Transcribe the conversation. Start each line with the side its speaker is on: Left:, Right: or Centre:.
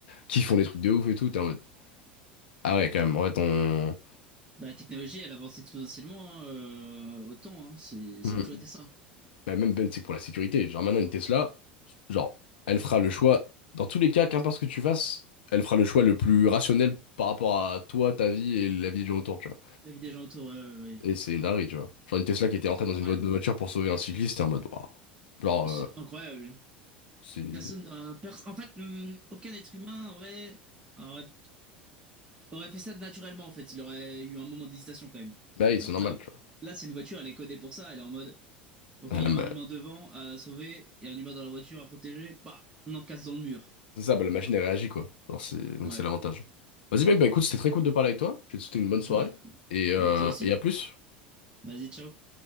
Left: qui font des trucs de ouf et tout, t'es en mode, ah ouais, quand même, en fait, on.
Right: Bah, la technologie, elle avance exponentiellement hein, euh, autant. Hein, c'est, ça
Left: on-
Right: a toujours été ça.
Left: Bah, même, même, c'est que pour la sécurité, genre, maintenant, une Tesla, genre, elle fera le choix, dans tous les cas, qu'importe ce que tu fasses, elle fera le choix le plus rationnel par rapport à toi, ta vie et la vie des gens autour, tu vois.
Right: La vie des gens autour, euh, oui.
Left: Et c'est une dinguerie, tu vois. Genre, une Tesla qui était rentrée dans
Right: Incroyable.
Left: une boîte de voiture pour sauver un cycliste, t'es en mode, waouh. Genre,
Right: C'est
Left: euh,
Right: incroyable.
Left: c'est.
Right: Personne n'a- pers- en fait, hum, aucun être humain aurait, aurait, aurait fait ça naturellement, en fait. Il aurait eu un moment d'hésitation quand même.
Left: Bah oui,
Right: Alors
Left: c'est normal,
Right: que là,
Left: tu
Right: là, c'est une voiture, elle est codée pour ça. Elle est en mode, OK,
Left: vois.
Right: il y a un humain devant à sauver et un humain dans la voiture à protéger. Bah, on en casse dans le mur.
Left: C'est ça, bah, la machine, elle réagit, quoi. Alors, c'est... Donc,
Right: Ouais.
Left: c'est l'avantage. Vas-y, mec, bah écoute, c'était très cool de parler avec toi. Je vais te souhaiter une bonne soirée.
Right: Ouais.
Left: Et, euh,
Right: Bah, toi aussi.
Left: et à plus.
Right: Vas-y, ciao.